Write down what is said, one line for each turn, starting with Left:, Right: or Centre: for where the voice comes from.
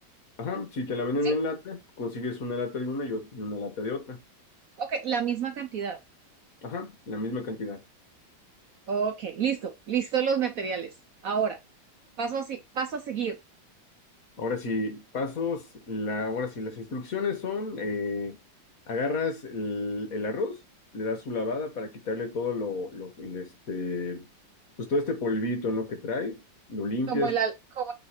Left: Ajá, si te la venden
Right: ¿Sí?
Left: en lata, consigues una lata de una y ot- y una lata de otra.
Right: Ok, la misma cantidad.
Left: Ajá, la misma cantidad.
Right: Ok, listo, listo los materiales. Ahora, paso así, paso a seguir,
Left: Ahora sí, pasos, la, ahora sí, las instrucciones son, eh, agarras el, el arroz, le das su lavada para quitarle todo lo, lo, este, pues todo este polvito, ¿no? que trae, lo limpias,
Right: como el, al- como